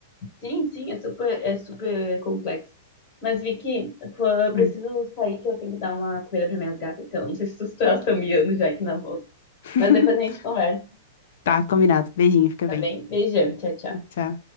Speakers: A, on the left; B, on the left.
A: Sim, sim, é super, é super complexo. Mas, Vicky, pô, eu preciso
B: Hum.
A: sair que eu tenho que dar uma comida para minhas gatas, que eu não sei se elas estão miando já aqui na volta.
B: <laughs>
A: Mas depois a gente conversa,
B: Tá, combinado. Beijinho, fica
A: tá
B: bem.
A: bem? Beijão, tchau, tchau.
B: Tchau.